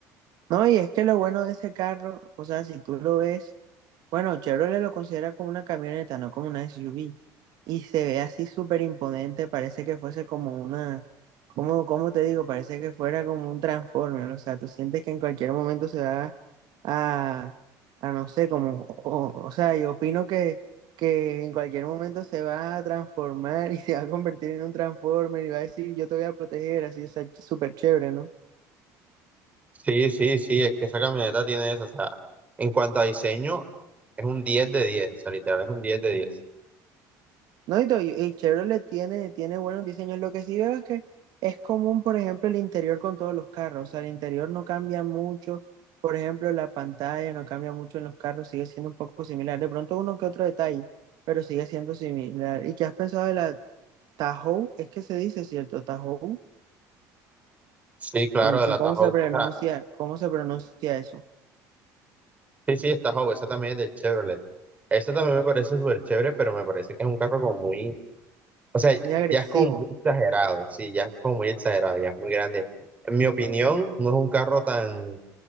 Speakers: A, on the right; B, on the right.
A: No, y es que lo bueno de ese carro, o sea, si tú lo ves, bueno, Chevrolet lo considera como una camioneta, no como una SUV, y se ve así súper imponente, parece que fuese como una, como, ¿cómo te digo? Parece que fuera como un Transformer, o sea, tú sientes que en cualquier momento se va a, a no sé, como, o, o sea, yo opino que, que en cualquier momento se va a transformar <laughs> y se va a convertir en un Transformer y va a decir, yo te voy a proteger, así, o sea, súper chévere, ¿no?
B: Sí, sí, sí, es que esa camioneta tiene eso, o sea, en cuanto a diseño, es un diez de diez o sea, literal es un diez de diez
A: No, y, to- y- y Chevrolet tiene, tiene buenos diseños. Lo que sí veo es que es común, por ejemplo, el interior con todos los carros. O sea, el interior no cambia mucho. Por ejemplo, la pantalla no cambia mucho en los carros, sigue siendo un poco similar. De pronto uno que otro detalle, pero sigue siendo similar. ¿Y qué has pensado de la Tahoe? Es que se dice, ¿cierto? Tahoe.
B: Sí, claro,
A: O no
B: de
A: sé
B: la
A: cómo
B: Tahoe,
A: se pronuncia,
B: o sea,
A: cómo se pronuncia eso.
B: Sí, sí, esta Howe, esa también es de Chevrolet. Esa también me parece súper chévere, pero me parece que es un carro como muy, o sea,
A: Muy agresivo,
B: ya es como muy exagerado, sí, ya es como muy exagerado, ya es muy grande. En mi opinión, no es un carro tan,